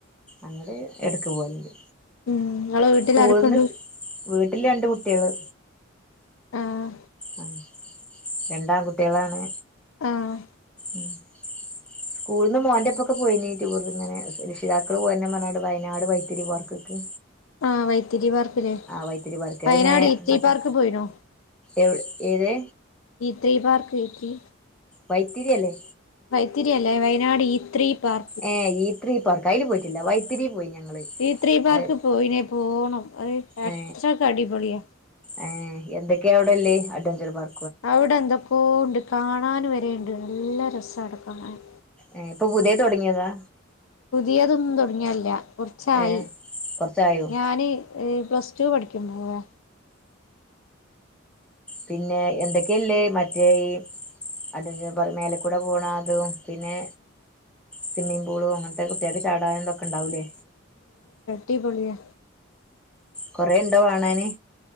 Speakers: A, in the centre; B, on the left (about 75°).
A: അങ്ങടെ ഇടക്ക് പോകലുണ്ട്
B: ഉം ഇങ്ങളെ വീട്ടിലാരൊക്കെണ്ട്
A: സ്കൂളന്ന് വീട്ടില് രണ്ട് കുട്ടി ആള്
B: ആ
A: ആ രണ്ടാം കുട്ടികളാണ്
B: ആഹ്
A: ഉം സ്കൂളിൽ നിന്ന് മോന്റെറെപ്പൊക്കെ പോയിനി ടൂർ ഇങ്ങനെ രക്ഷിതാക്കള് പോയന്നെ പറഞ്ഞാട് വയനാട് വൈത്തിരി പാർക്ക്ക്കൊക്കെ
B: ആഹ് വൈത്തിതിരി പാർക്ക്
A: വൈത്തിരി പാർക്ക്
B: വയനാട്
A: അതിങ്ങനെ
B: ഇത്തി
A: അങ്ങട്ട്
B: പാർക്ക് പോയിനോ?
A: എവ് ഏത്
B: ഈത്രീ പാർക്ക് <unintelligible>
A: വൈത്തിരി അല്ലേ?
B: വൈത്തിരിയല്ല വയനാട് ഈ ത്രീ പാർ
A: ഏ ഈത്രീ പാർക്ക് അയ്ല് പോയ്റ്റ്ല്ല. വൈത്തിരി പോയി ഞങ്ങള്.
B: ഈത്രീ പാർക്ക്
A: അത്
B: പോയിലെ പോണം. അയ് അത്രക്കടിപൊളിയ
A: ഏ ഏ എന്തൊക്കെയാ അവിടെല്ലേ? അഡ്വഞ്ചർ പാർ
B: അവ്ടെന്തൊക്കോണ്ട് കാണന് വരേണ്ട്. നല്ല രസാടെ കാണാന്
A: ഏ പ്പൊ പുതിയെ തൊട്ങ്ങിയെതാ?
B: പുതിയതൊന്നും തൊട്ങ്ങിയല്ല കൊർച്ചായി
A: ഏ കൊറച്ചായോ
B: ഞാന് ഈ പ്ലസ് ടു പഠിക്കുമ്പൊ പോയാ
A: പിന്നെ എന്തെക്കെല്ലേ? മറ്റേ ഈ അതന്നെ പറി മേലെക്കൂടെ പോണാതും പിന്നെ സിമ്മീംപൂളും അങ്ങ കുട്ട്യാക്ക് ചാടാനും തൊക്കെണ്ടാവും ലെ?
B: ടിപൊളിയാ
A: കൊറേണ്ടൊ കാണാന്?